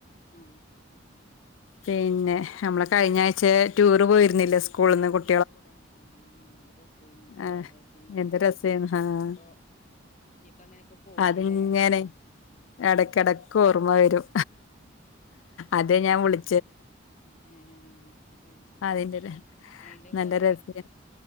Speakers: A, on the left; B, on the left.
A: ആ
B: പിന്നെ നമ്മള് കഴിഞ്ഞ ആഴ്ച ടൂർ പോയിരുന്നില്ലേ സ്കൂളിന്ന് കു-
A: ആ എന്ത് രസേർന്നു ല്ലേ
B: ആഹ്
A: പിന്നെ
B: എന്ത് രസേന്നു ആഹ്
A: ഇപ്പൊ ഇനിപ്പോ അങ്ങനൊക്കെ പോവോലെ?
B: അതിങ്ങനെ എടക്കെടക്ക് ഓർമ്മ വരും അതെ ഞാൻ വിളി...
A: ഏ അത് ശരി
B: അതിന്റെ ര
A: അയിന്റെ
B: നല്ല
A: കൊറേ
B: രസേന്